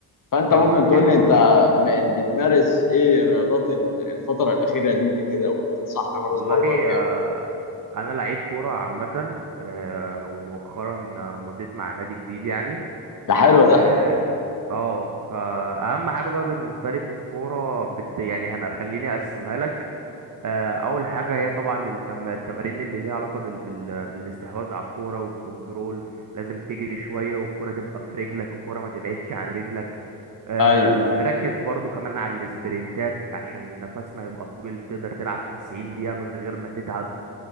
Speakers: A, on the left; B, on the right.
A: فانت
B: طبعا
A: ممكن
B: حلو
A: تقول لي
B: اه
A: انت بقيت بتمارس ايه رياضات ال- الفتره الاخيره دي, دي كده وتنصحني امارس
B: والله
A: برضه ايه فيهم
B: آه، انا لعيب كوره عامه آه، ومؤخرا آه، مضيت مع نادي جديد يعني
A: ده حلو
B: و
A: ده
B: اه فاهم حاجه بقى بالنسبه لي في الكوره بت... يعني هنخليني اقسمها لك آه، اول حاجه هي طبعا التم... التمارين اللي ليها علاقه بال... بال... بالاستحواذ على الكوره والكنترول لازم تجري شويه والكوره تبقى في رجلك الكوره ما تبعدش عن رجلك آه،
A: ايوه
B: بنركز برضو كمان على السبرنتات عشان نفسنا يبقى طويل تقدر تلعب 90 دقيقه من غير ما تتعب